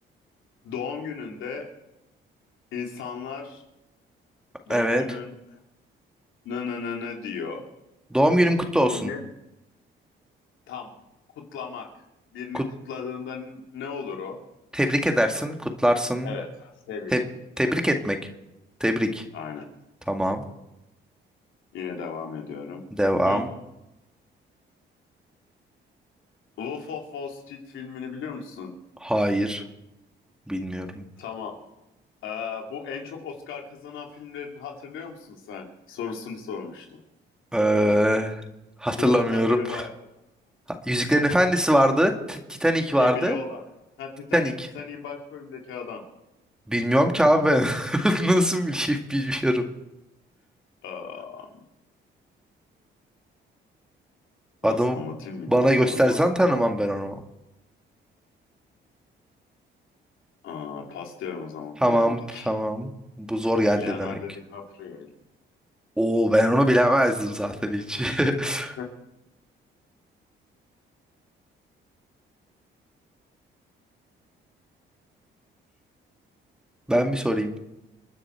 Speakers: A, on the left; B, in the centre.
A: Doğum gününde insanlar
B: Evet.
A: doğum günün nı nı nı nı diyor.
B: Doğum günün kutlu olsun.
A: Bu ne? Tam. Kutlamak. Birini
B: Kut
A: kutladığında ne olur o?
B: tebrik edersin, kutlarsın.
A: Evet. Tebrik.
B: Te- tebrik
A: Tebrik.
B: etmek. Tebrik.
A: Aynen.
B: Tamam.
A: Yine devam ediyorum.
B: Devam.
A: Hı. Wolf of Wall Street filmini biliyor musun?
B: Hayır. Bilmiyorum.
A: Tamam. Ee, bu en çok Oscar kazanan filmlerini hatırlıyor musun sen? Sorusunu sormuştum.
B: Ee, hatırlamıyorum.
A: Bunlardan biri vardı.
B: Ha- Yüzüklerin
A: Tamam.
B: Efendisi vardı. T- Titanic
A: Gemili
B: vardı.
A: olan. Ha Titanic.
B: Titanic.
A: Titanic'in başrolündeki adam.
B: Bilmiyorum ki abi ben. <laughs> Nasıl bileyim bilmiyorum.
A: Aa,
B: Adamı
A: nasıl anlatayım mı?
B: bana göstersen
A: Adamı nasıl?
B: tanımam ben onu.
A: Aa, pas diyorum o zaman.
B: Tamam
A: Bilemedik.
B: tamam. Bu zor geldi
A: Leonardo
B: demek.
A: DiCaprio.
B: Oo ben onu bilemezdim zaten hiç. <laughs>
A: <laughs>
B: Ben bir sorayım.